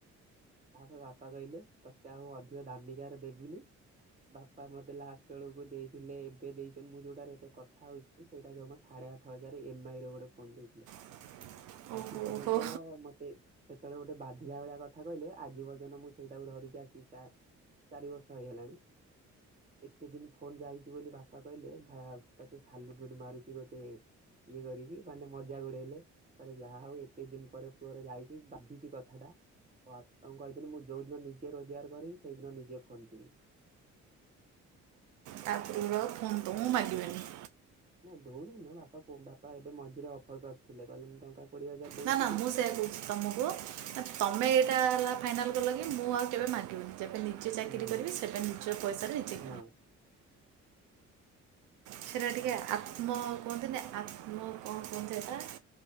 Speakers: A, on the right; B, on the right.
A: ତାପରେ ବାପା କହିଲେ ତତେ ଆଉ ଅଧିକ ଦାମିକିଆର ଦେବିନି। ବାପା ମତେ ଲାଷ୍ଟ ବେଳକୁ ଦେଇଥିଲେ ସେ ଦେଇଚନ୍ତି ମୁଁ ଯୋଉଟା ଏବେ କଥାହୋଉଚି ସେଇଟା ଜମା ସାଢେ ଆଠ ହଜାରେ ଏମ୍ ଆଇ ର ଗୋଟେ ଫୋନ୍ ଦେଇଥିଲେ।
B: <inaudible>
A: ଆଜି ପର୍ଯ୍ୟନ୍ତ
B: ଓହୋ
A: ମ ସେ ସେତେବେଳେ ଗୋଟେ ବାଧିବା ଭଳିଆ କଥା କହିଲେ ଆଜି ପର୍ଯ୍ୟନ୍ତ ମୁଁ ସେଇଟାକୁ ଧରିଚି ଆସି ଚା ଚାରିବର୍ଷ ହେଇଗଲାଣି ଏତେ ଦିନ ଫୋନ ଯାଇଚି ବୋଲି ବା ବାପା କହିଲେ ଭା ତତେ ସାଲୁଟୁ <unintelligible> ମାରୁଚି ଗୋଟେ ଇଏ କରିକି ମାନେ ମଜାକ ଉଡେଇଲେ। କହିଲେ ଯାହା ହୋଉ ଏତେ ଦିନ ପରେ ପୁଅର ଯାଇଚି ବାଧିଚି କଥାଟା। ବାପାଙ୍କୁ କହିଥିଲି ମୁଁ ଯୋଉଦିନ ନିଜେ ରୋଜଗାର କରିବି ସେଇଦିନ ନିଜେ ଫୋନ କିଣିବି।
B: ତାପରେ ବି ଆଉ ଫୋନ୍ ତମୁକୁ ମାଗିବେନି।
A: ନା ଦଉନା ବାପା ବାପା ଏବେ ମଝିରେ ଅଫର କରିଥିଲେ କହିଲେ ମୁଁ ଟଙ୍କା କୋଡିଏ ହଜାର ଦଉଛି
B: ନା ନା
A: ତୁ
B: ମୁଁ ସେୟା କହୁଛି ତୁମକୁ ନା ତମେ ଏଇଟା ହେଲା ଫାଇନାଲ୍ କଲ କି ମୁଁ ଆଉ କେବେ ମାଗିବନି। ଯେବେ ନିଜେ ଚାକିରି
A: ଉଁ
B: କରିବି
A: ହଁ
B: ସେବେ ନିଜ ପଇସାରେ ନିଜେ
A: ହଁ
B: ସେଇଟା ଟିକେ ଆତ୍ମ କୁହନ୍ତିନ ଆତ୍ମ କଣ କୁହନ୍ତି ଏଇଟା?